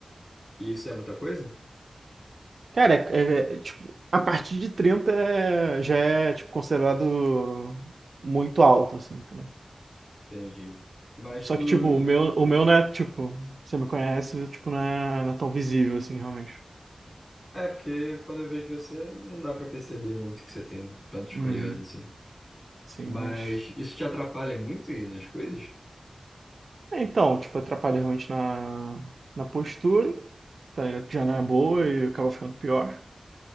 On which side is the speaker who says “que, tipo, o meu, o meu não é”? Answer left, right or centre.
Right